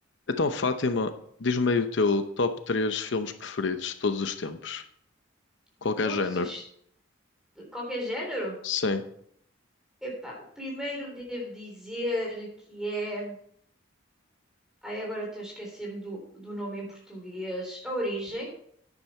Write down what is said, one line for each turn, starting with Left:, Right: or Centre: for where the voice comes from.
Left: Então, Fátima, diz-me aí o teu top 3 filmes preferidos de todos os tempos.
Centre: de
Left: Qualquer
Centre: todos
Left: género.
Centre: os, de qualquer género?
Left: Sim.
Centre: Epá, o primeiro devo dizer que é. Ai, agora estou a esquecer-me do, do nome em português. A Origem.